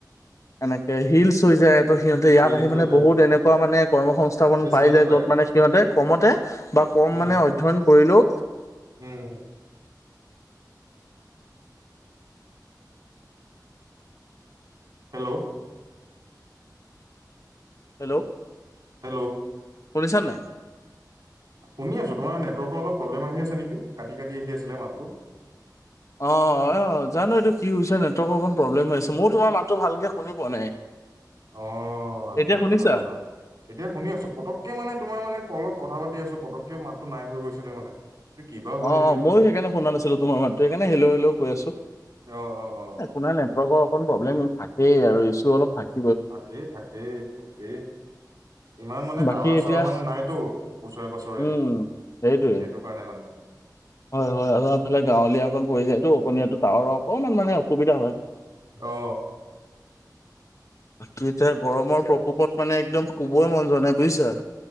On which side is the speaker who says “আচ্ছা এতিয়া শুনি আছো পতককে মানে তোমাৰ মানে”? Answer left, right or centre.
Right